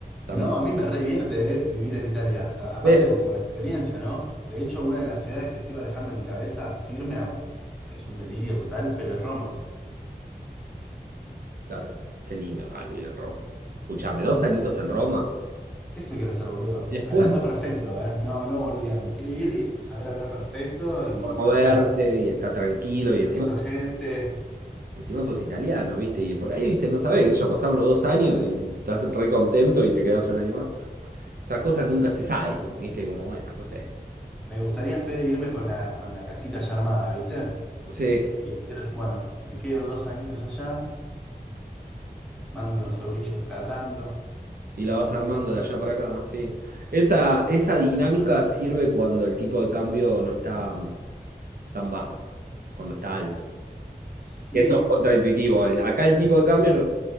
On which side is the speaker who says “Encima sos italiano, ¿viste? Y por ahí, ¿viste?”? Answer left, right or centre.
Right